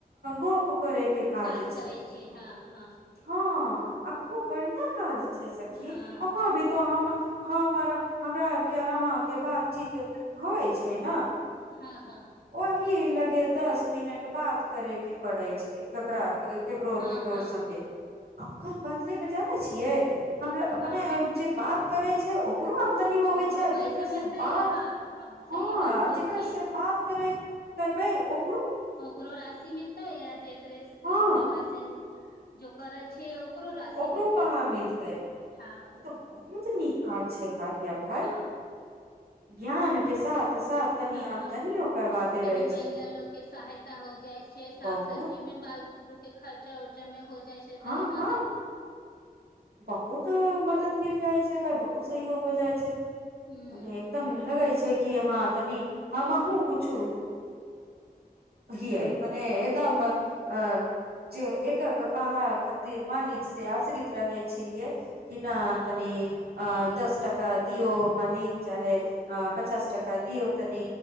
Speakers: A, on the right (about 90°); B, on the left (about 75°).
A: गप करैके काज
B: बात करै
A: छै
B: हँ हँ
A: हँ आ खूब बढ़िया काज सखी
B: हँ
A: अहाँ अ भी तऽ हम हम आर हमरा आर के आ अहाँके बातचीत होवइ छै ने
B: हँ हँ
A: ओहि लगे दस मिनट बात करेग के पड़े छै केकर आ केकरो
B: हँ
A: केकरो
B: हँ
A: सगे हम घर बदले मे जानै छी ये हमरा मने
B: हँ
A: जे बात करै छै ओकरो आमदनी होवे
B: ओकरो
A: छै
B: पैसा
A: जेकरास
B: मिलतै
A: से बात
B: हँ सही
A: हँ
B: बात कहै
A: जेकरास
B: छियै
A: से बात करे करबै ओ
B: ओकरो राशि मिलता है य जेकर
A: हँ
B: जेकरास से जो करै छै ओकरो राशि
A: ओकरो
B: मिलतै
A: पहा मिलतै ई
B: हँ
A: तऽ बहुत नीक काज छै कारिया भाय
B: हँ
A: ज्ञान के साथ साथ तनी
B: हँ
A: आमदनियो करबा देवे
B: तनि महिला
A: छै
B: लोग के सहायता हो जाइ छै साग
A: बहुत
B: सब्जी मे बाल बू बुदरूके खर्चा उर्चा मे हो जाइ छै
A: हँ
B: तनी
A: हँ
B: मदद
A: बहुत मदद मिल जाइ छै भाय बहुत सहयोग हो जाइ छै
B: हूँ
A: मने एकदम लगैय छै क हँ तनी हमे ह पूछु ही मने एकदम अ जे एकक पहा खातिर मालिक से आश्रित रहै छलियए केना
B: हँ
A: तनी अ दस टका दियौ मालिक चाहे अ पचास टाका दियौ तनि